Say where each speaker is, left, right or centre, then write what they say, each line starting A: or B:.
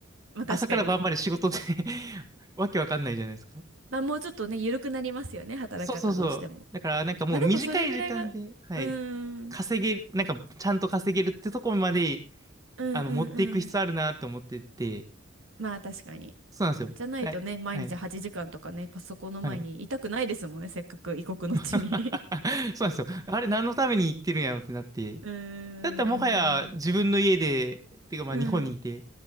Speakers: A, on the right; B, on the right.
A: まあ確かに。
B: 朝から晩まで仕事で <laughs> わけわかんないじゃないですか。
A: まあもうちょっとね、緩くなりますよね、働き方どうしても。
B: そうそうそう。だからなんかもう短い時間で、
A: まあでもそれぐらいが、
B: はい。
A: うーん、うん
B: 稼げる、なんかちゃんと稼げるってとこまで
A: うんうん。
B: あの、持っていく必要あるなと思ってて、
A: まあ確かに。
B: そうなんですよ。
A: じゃないとね、
B: はい、
A: 毎日8時間とかね、
B: はい、
A: パソコンの前にいたくないですもんね、
B: はい。
A: せっかく異国の地に
B: <laughs> そうなんですよ。あれ、何のために行ってるんやろってなって。
A: <laughs> うーん、
B: だったらもはや自分の家で、っていうかまあ日本にいて、
A: うん、